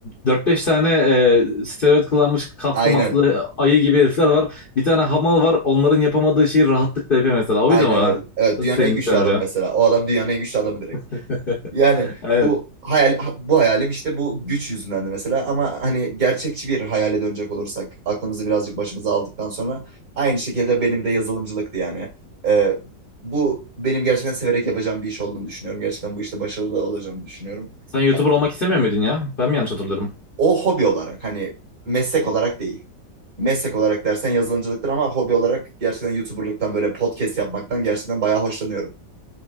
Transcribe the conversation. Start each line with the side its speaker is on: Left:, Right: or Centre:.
Left: Dört beş tane e, steroid kullanmış kaslı
Right: Aynen.
Left: maslı ayı gibi herifler var. Bir tane hamal var. Onların yapamadığı şeyi rahatlıkla yapıyor mesela. Oydu
Right: Aynen
Left: mu?
Right: öyle. Evet, dünyanın
Left: Senin
Right: en güçlü
Left: senaryo.
Right: adamı mesela. O adam dünyanın en güçlü adamı direkt.
Left: <laughs>
Right: Yani
Left: Aynen.
Right: bu hayal bu hayalim işte bu güç yüzündendi mesela ama hani gerçekçi bir hayale dönecek olursak aklımızı birazcık başımıza aldıktan sonra aynı şekilde benim de yazılımcılıktı yani. Ee, bu benim gerçekten severek yapacağım bir iş olduğunu düşünüyorum. Gerçekten bu işte başarılı olacağımı düşünüyorum.
Left: Sen YouTuber
Right: Yani
Left: olmak istemiyor muydun ya? Ben mi yanlış hatırlıyorum?
Right: o hobi olarak hani meslek olarak değil. Meslek olarak dersen yazılımcılıktır ama hobi olarak gerçekten YouTuber'lıktan böyle podcast yapmaktan gerçekten bayağı hoşlanıyorum.